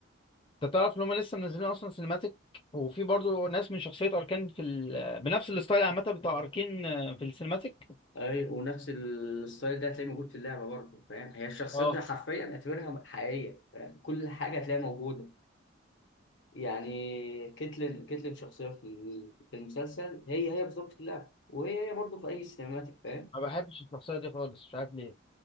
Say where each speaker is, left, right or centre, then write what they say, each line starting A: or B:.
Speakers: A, on the left (about 25°); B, on the left (about 75°).
A: انت تعرف ان هم لسه منزلين اصلا سينماتيك وفي برضو ناس من شخصية اركان في ال... بنفس الستايل عامة بتاع اركين في السينماتيك
B: ايوه ونفس الستايل ده هتلاقيه موجود في اللعبه برضه فاهم هي الشخصيات
A: اه
B: دي حرفيا اعتبرها حقيقيه فاهم؟ كل حاجه هتلاقيها موجوده يعني كيتلين كيتلين شخصيه في في المسلسل هي هي بالظبط في اللعبه وهي هي برضه في اي سينماتيك فاهم
A: ما بحبش الشخصية دي خالص مش عارف ليه